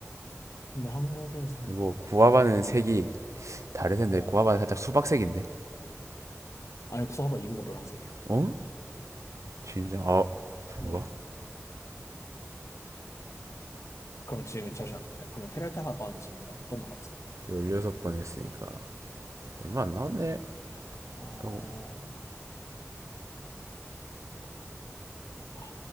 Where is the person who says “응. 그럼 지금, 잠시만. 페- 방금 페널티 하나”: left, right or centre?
Left